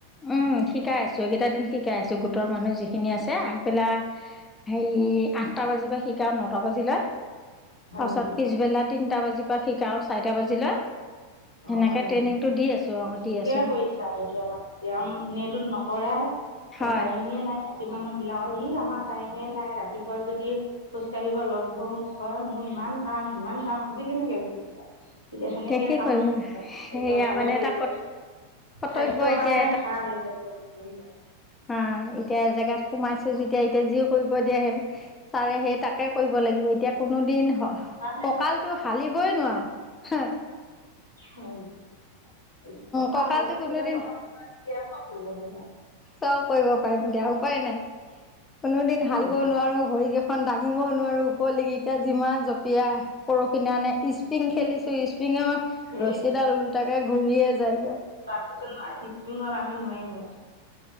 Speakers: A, on the left; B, on the left.
A: উম', শিকাই আছো এইকেইটা দিন শিকাই আছো, গোটৰ মানুহ যিখিনি আছে আগবেলা। হাৰি আঠটা বাজিৱ শিকাও নটা বাজিলে,
B: হয়
A: পাছত
B: নেকি
A: পিছবেলাত। তিনিটা বাজিপা পৰা শিকাও চাৰিটা বাজিলে।
B: অ
A: সেনেকে
B: হয় নেকি
A: ট্ৰেইনিংটো দি আছো অ'
B: ঠিকে
A: দি আছো মই।
B: <unintelligible> এনেইতো নকৰাই
A: হয়
B: টাইমে নাই টাইমে নাই। <unintelligible> মানুহ বিলাকৰ ই আমাৰ টাইমে নাই ৰাতিপুৱা যদি। খোজ কাঢ়িব লগ ধৰো কয়, মোৰ ইমান কাম সিমান কাম আজি কেনেকে ঘূৰিচা? এতিয়া সেনেকে
A: কি
B: কাম
A: কৰিবা সেয়া
B: এতিয়া ভালে
A: মানে এটা
B: কৰি যায়,
A: কৰ্তব্য
B: স্বাস্থ্যৰ
A: এতিয়া
B: কাৰণে ভাল। <unintelligible>
A: নাই, এতিয়া এজেগাত সোমাইছো যেতিয়া এতিয়া, যি কৰিব দিয়া সেইবোৰ চাৰে হেড তাকে কৰিব লাগিব। এতিয়া কোনো দিন
B: কাৰণে
A: কঁকালটো হালিবই নোৱাৱ।
B: হয়', নেকি এইটো টকা
A: কঁকালটো
B: পঁচিছ
A: কোনোদিন
B: হাজাৰ টকা সোমাব যেতিয়া চ'ব কৰিব পাৰিবা।
A: চ'ব কৰিব পাৰিম দিয়া উপায় নাই, কোনো দিন হালিব
B: নেকি
A: নোৱাৰো ভৰিকেইখন দাঙিবও নোৱাৰো ওপৰলকি এতিয়া যিমান জপিয়া। পৰখি দিনাখনে ইস্পিং খেলিছো ইস্প্ৰিঙৰ
B: সেই
A: ৰছীডাল ওলোটাকে ঘূৰিয়ে যায়গ।
B: পিছত ইস্পিঙত আমি নোৱাৰিমে।